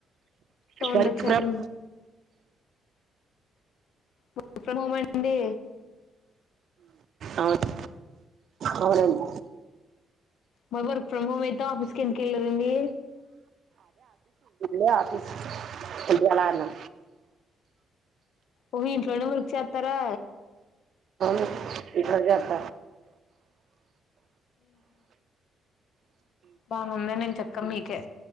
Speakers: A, on the left (about 70°); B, on the right (about 60°).
A: తోండచ్చేతుంది
B: వర్క్ ఫ్రమ్
A: వర్క్ ఫ్రమ్ హోమ్ అండి
B: అవున్ అవునండి
A: మ వర్క్ ఫ్రమ్ హోమ్ అయిత ఆఫీస్కి ఎందుకెళ్ళ రండి
B: లే ఆఫీస్ తగ్యల అన్నా
A: ఒహో ఇంట్లోనే వర్క్ చే తరా
B: అవును ఇక్కడో జత
A: బావుందని నేను చెప్పా మీకే